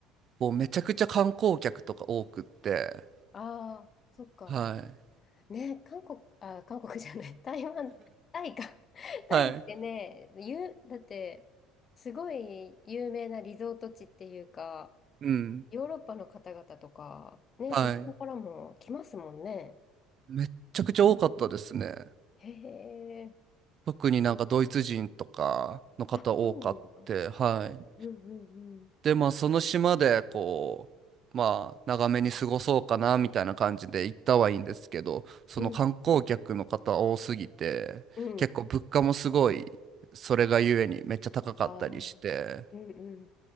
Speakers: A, on the right (about 35°); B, on the left (about 30°).
A: もうめちゃくちゃ観光客とか多くって
B: ああ、そっか。
A: はい
B: ね、韓国、あ、韓国じゃない、<laughs> 台湾、タイか。<laughs> タイってね、
A: はい
B: ゆ、だって、すごい有名なリゾート地っていうか、
A: うん
B: ヨーロッパの方々とか、ね、
A: はい
B: そっちのからも来ますもんね。
A: めっちゃくちゃ多かったですね
B: へえ、
A: 特になんかドイツ人とかの方多かってはい
B: あ、そうなんだ。うんうんうん。
A: で、まあ、その島で、こう、まあ、長めに過ごそうかな、みたいな感じで行ったはいいんですけど、その観光客の方多すぎて、
B: うん、うん。
A: 結構物価もすごい、それがゆえにめっちゃ高かったりして、
B: ああ、うんうん。